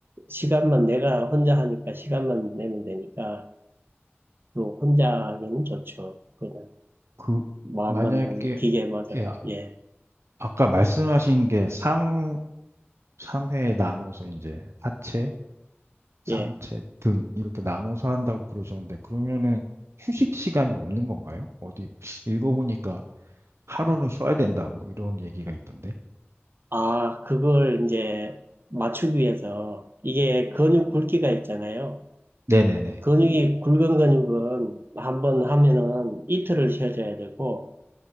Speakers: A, on the right; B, on the right.
A: 시간만 내가 혼자 하니까 시간만 내면 되니까 또 혼자 하기는 좋죠. 그냥
B: 그
A: 마음만
B: 만약에
A: 기계에 맞아가지고,
B: 예, 아-
A: 예,
B: 아까 말씀하신 게 3, 삼회에 나눠서 이제 하체, 상체,
A: 예.
B: 등 이렇게 나눠서 한다고 그러셨는데 그러면은 휴식 시간이 없는 건가요? 어디 읽어보니까 하루는 쉬어야 된다 뭐 이런 얘기가 있던데.
A: 아, 그걸 이제 맞추기 위해서 이게 근육 굵기가 있잖아요.
B: 네네네.
A: 근육이 굵은 근육은 한번 하면은 이틀을 쉬어줘야 되고